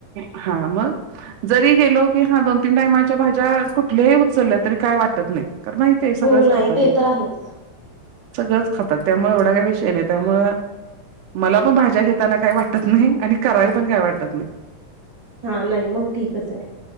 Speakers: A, on the right; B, on the right.
A: हा, मग. जरी गेलो की हा दोन तीन टायमाच्या भाज्या कुठल्याही उचलल्या तरी काय वाटत नाही. कारण <unintelligible>
B: हो नाही,
A: खातात
B: ते
A: ही
B: तर आहेच.
A: सगळंच खातात त्यामुळे एवढा काय विषय नाही त्यामुळ मला पण भाज्या घेताना काही वाटत नाही आणि करायाला पण काय वाटत नाही.
B: हा, नाही मग ठीकच आहे.